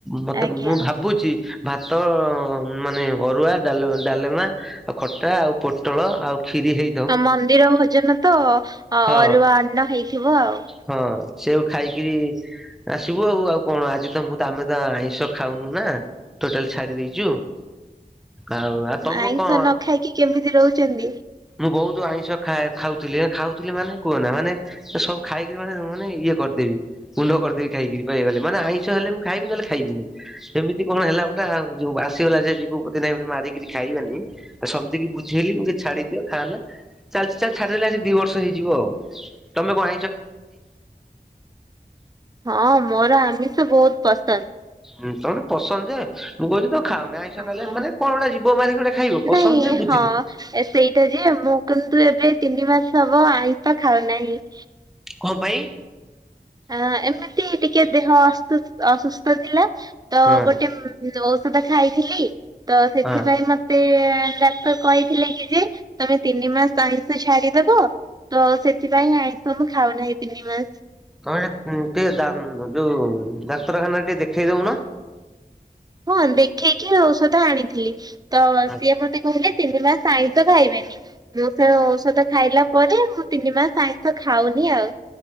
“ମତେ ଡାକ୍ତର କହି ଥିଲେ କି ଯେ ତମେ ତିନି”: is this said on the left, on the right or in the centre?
Right